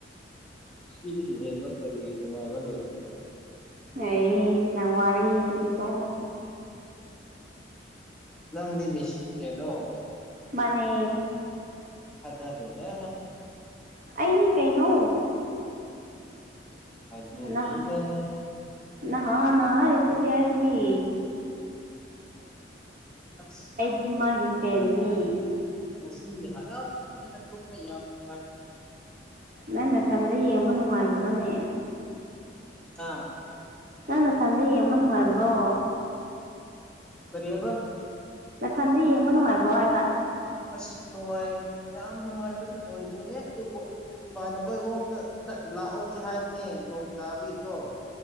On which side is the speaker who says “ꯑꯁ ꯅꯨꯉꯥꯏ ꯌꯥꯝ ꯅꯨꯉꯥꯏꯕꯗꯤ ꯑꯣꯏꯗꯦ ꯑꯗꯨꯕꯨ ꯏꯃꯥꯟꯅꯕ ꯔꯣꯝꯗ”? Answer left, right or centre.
Centre